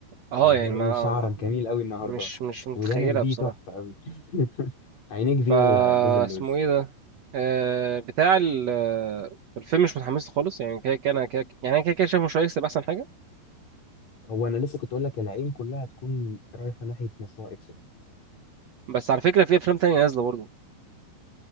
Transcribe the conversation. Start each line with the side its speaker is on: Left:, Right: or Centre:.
Right: اه
Left: اللي
Right: يعني
Left: هو
Right: ما
Left: إيه شعرك جميل أوي النهاردة
Right: مش مش متخيلها
Left: ودانك دي
Right: بصراحة
Left: تحفة أوي <laughs> عينيك
Right: فا
Left: دي ولا جوز اللوز
Right: اسمه ايه ده آه بتاع ال في الفيلم مش متحمس له خالص يعني كده كده انا كده يعني انا كده كده شايف مش هيكسب احسن حاجة
Left: هو أنا لسه كنت أقول لك العين كلها هتكون رايحة ناحية مشروع إكس
Right: بس على فكرة في افلام تانية نازلة برضه